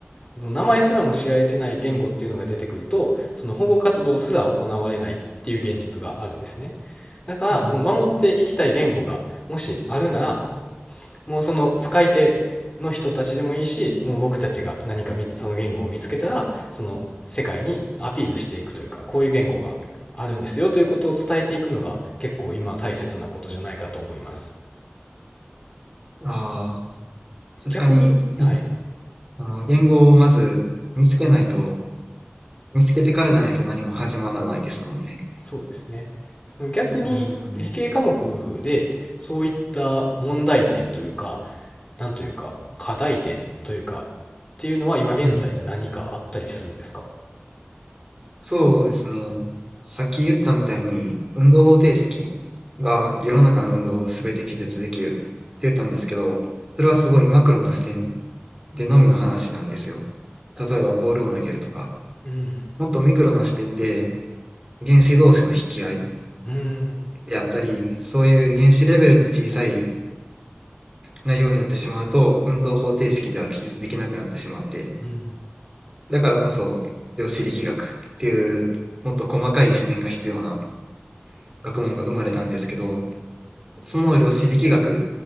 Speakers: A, on the left; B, on the right.
A: 名前すらも知られてない言語っていうのが出てくると、その保護活動すら行われないっていう現実があるんですね。だから、
B: あ
A: その守っていきたい言語がもしあるなら、もうその使い手の人たちでもいいし、もう僕たちが何かみその言語を見つけたら、その世界にアピールしていくというか、こういう言語があるんですよということを伝えていくのが結構今大切なことじゃないかと思います。
B: あ、ああ、確かに、
A: 逆に、はい。
B: うんあの、言語をまず見つけないと見つけてからじゃないと何も始まらないですもんね。
A: そうですね。その逆に理系科目でそういった問題点というか、
B: うん、
A: なんというか、課題点というか、っていうのは今現在で何かあったりするんですか
B: うん。そうですね。さっき言ったみたいに、運動方程式が世の中の運動を全て記述できるって言ったんですけど、それはすごいマクロな視点でのみの話なんですよ。
A: うん、
B: 例えばボールを投げるとか、
A: うん、
B: もっとミクロな視点で原子同士の引き合い
A: うん、
B: であったり、そういう原子レベルで小さい内容になってしまうと、運動方程式では記述できなくなってしまって、
A: うん、
B: だからこそ量子力学っていうもっと細かい視点が必要な学問が生まれたんですけど、その量子力学